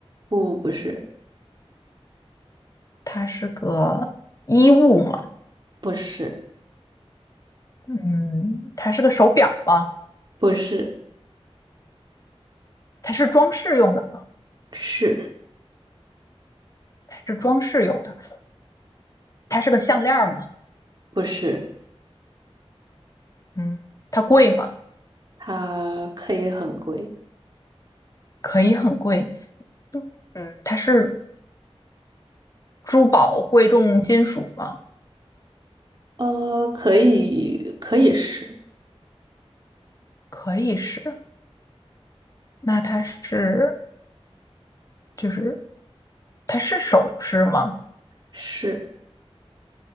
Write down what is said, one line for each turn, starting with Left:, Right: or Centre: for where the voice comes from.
Right: 不，不是，
Left: 它是个衣物吗？
Right: 不是，
Left: 嗯，它是个手表吗？
Right: 不是，
Left: 它是装饰用的吗？
Right: 是
Left: 它是装饰用的。它是个项链吗？
Right: 不是？
Left: 嗯，它贵吗？
Right: 它可以很贵，
Left: 可以很贵。嗯，它是珠宝贵重金属吗？
Right: 呃，可以，可以是
Left: 可以是。那它是就是它是首饰吗？
Right: 是，